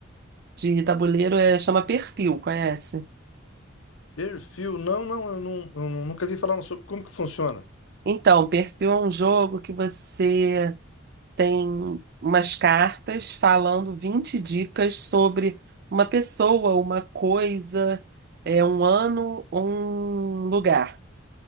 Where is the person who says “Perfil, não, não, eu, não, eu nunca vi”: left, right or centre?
Left